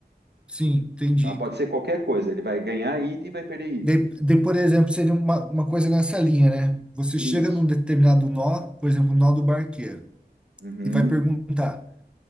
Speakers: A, in the centre; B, on the right.
A: Sim, entendi.
B: tá? Pode ser qualquer coisa, ele vai ganhar item e vai perder item.
A: De, de, por exemplo, seria uma, uma coisa nessa linha, né? Você
B: Isso.
A: chega num determinado nó, por exemplo, o nó do barqueiro,
B: Uhum.
A: e vai perguntar: